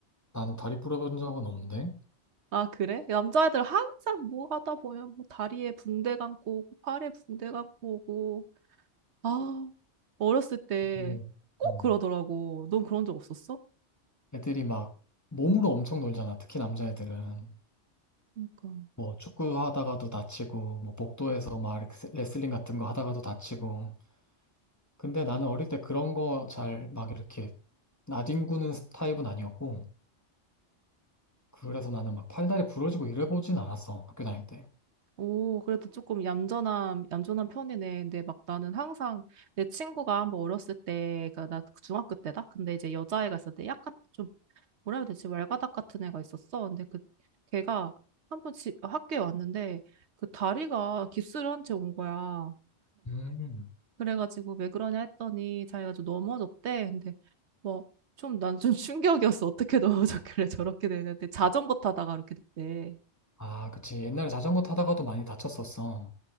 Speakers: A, on the left; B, on the right.
A: 나는 다리 부러본 적은 없는데.
B: 아, 그래? 남자애들 항상 뭐 하다 보면 뭐 다리에 붕대 감고 오고, 팔에 붕대 감고 오고. 아, 어렸을 때
A: 그,
B: 꼭
A: 어,
B: 그러더라고. 넌 그런 적 없었어?
A: 애들이 막 몸으로 엄청 놀잖아. 특히 남자애들은.
B: 그러니까.
A: 뭐 축구 하다가도 다치고, 뭐 복도에서 막 이렇게 레슬링 같은 거 하다가도 다치고. 근데 나는 어릴 때 그런 거 잘 막 이렇게 나뒹구는 타입은 아니었고, 그래서 나는 막 팔다리 부러지고 이래보진 않았어. 학교 다닐 때.
B: 오, 그래도 조금 얌전한, 얌전한 편이네. 근데 막 나는 항상 내 친구가 한번 어렸을 때, 그니까 나 중학교 때다? 근데 이제 여자애가 있었는데 약간 좀 뭐라 해야 되지? 왈가닥 같은 애가 있었어. 근데 그 걔가 한 번집 어, 학교에 왔는데 그 다리가 깁스를 한 채 온 거야.
A: 음,
B: 그래가지고 왜 그러냐 했더니 자기가 좀 넘어졌대. 근데 뭐 좀 난 좀 <laughs> 충격이었어. 어떻게 넘어졌길래 <laughs> 저렇게 되는데 자전거 타다가 이렇게 됐대.
A: 아, 그치. 옛날에 자전거 타다가도 많이 다쳤었어.